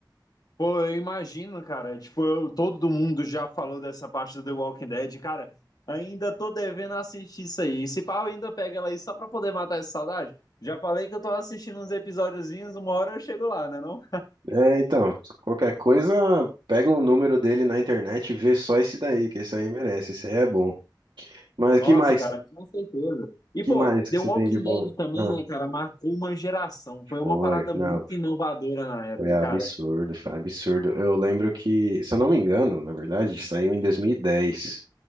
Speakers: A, on the left; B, on the right.
A: Pô, eu imagino, cara. Tipo, eu- todo mundo já falou dessa parte do The Walking Dead. Cara, ainda tô devendo assistir isso aí. Se pau ainda pega ela aí só pra poder matar essa saudade. Já falei que eu tô assistindo uns episódiozinhos, uma hora eu chego lá, né? Não?
B: É, então, qualquer coisa, pega o número dele na internet e vê só esse daí, que esse aí merece, esse aí é bom. Mas
A: Nossa,
B: que mais?
A: cara, com certeza. E,
B: Que
A: pô,
B: mais que
A: The
B: você
A: Walking
B: tem de bom?
A: Dead também,
B: Ah,
A: né, cara, marcou uma geração. Foi
B: foi,
A: uma parada
B: não.
A: muito inovadora na época,
B: Foi absurdo,
A: cara.
B: foi absurdo. Eu lembro que, se eu não me engano, na verdade, saiu em 2010.